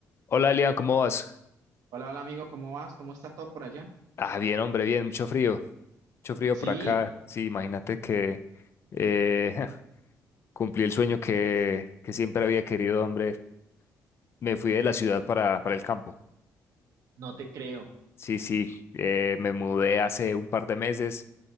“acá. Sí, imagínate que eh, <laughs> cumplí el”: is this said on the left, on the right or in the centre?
Left